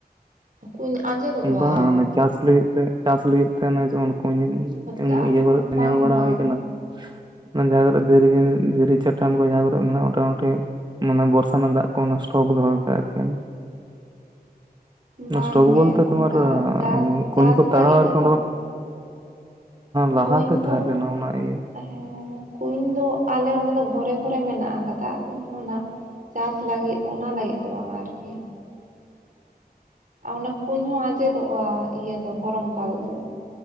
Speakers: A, on the right; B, on the right.
A: ᱠᱩᱧ ᱟᱸᱡᱮᱫᱚᱜᱼᱟ
B: ᱵᱟᱝ ᱚᱱᱟ ᱪᱟᱥ ᱞᱟᱹᱜᱤᱫ ᱛᱮ᱾ ᱪᱟᱥ ᱞᱟᱹᱜᱤᱫ ᱛᱮ ᱚᱱᱮ ᱡᱮᱢᱚᱱ ᱠᱩᱸᱧ
A: ᱪᱟ
B: ᱤᱭᱟᱹ <unintelligible>
A: ᱵᱟᱝ
B: ᱧᱮᱞ ᱵᱟᱲᱟ
A: ᱵᱟᱝ
B: ᱦᱳᱭ ᱠᱟᱱᱟ᱾ ᱚᱱᱟ ᱡᱟᱸᱦᱟ ᱠᱚᱨᱮ ᱫᱷᱤᱨᱤ ᱫᱷᱤᱨᱤ ᱪᱟᱴᱟᱱ ᱠᱚ ᱡᱟᱦᱟ ᱠᱚᱨᱮ ᱢᱮᱱᱟᱜᱼᱟ ᱢᱳᱴᱟ ᱢᱩᱴᱤ ᱢᱟᱱᱮ ᱵᱚᱨᱥᱟ ᱨᱮᱱᱟᱜ ᱫᱟᱜ ᱠᱚ ᱚᱱᱟ ᱥᱴᱚᱠ ᱫᱚᱦᱚ ᱠᱟᱜᱼᱟ ᱟᱨᱠᱤ᱾ ᱚᱱᱟ
A: ᱵᱟᱝᱜᱮ
B: ᱥᱴᱚᱠ ᱵᱚᱞᱛᱮ
A: ᱚᱱᱠᱟ
B: ᱛᱳᱢᱟᱨ
A: ᱪᱟᱥ
B: ᱠᱩᱸᱧ
A: ᱪᱟᱥ
B: ᱠᱚ ᱛᱟᱲᱟᱣᱟ
A: ᱞᱟᱹᱜᱤᱫ
B: ᱟᱨ
A: ᱫᱚ
B: ᱠᱤ
A: ᱵᱟᱝ
B: ᱞᱟᱦᱟ
A: ᱠᱩᱧ
B: ᱛᱮ ᱛᱟᱦᱮᱸᱫ
A: ᱫᱚ
B: ᱞᱮᱱᱟ ᱚᱱᱟ ᱤᱭᱟᱹ᱾
A: ᱦᱮᱸ ᱠᱩᱸᱧ ᱫᱚ ᱟᱞᱮ ᱚᱸᱰᱮ ᱫᱚ ᱵᱷᱚᱨᱮ ᱠᱚᱨᱮ ᱢᱮᱱᱟᱜ ᱟᱠᱟᱫᱟ ᱠᱤᱱᱛᱩ ᱚᱱᱟ ᱪᱟᱥ ᱞᱟᱹᱜᱤᱫ ᱚᱱᱟ ᱞᱟᱹᱜᱤᱫ ᱫᱚ ᱵᱟᱝ-ᱟ ᱟᱨᱠᱤ ᱚᱱᱟ ᱠᱩᱸᱧ ᱦᱚᱸ ᱟᱸᱡᱮᱫᱚᱜ-ᱟ ᱤᱭᱟᱹ ᱫᱚ ᱜᱚᱨᱚᱢ ᱠᱟᱞ ᱫᱚ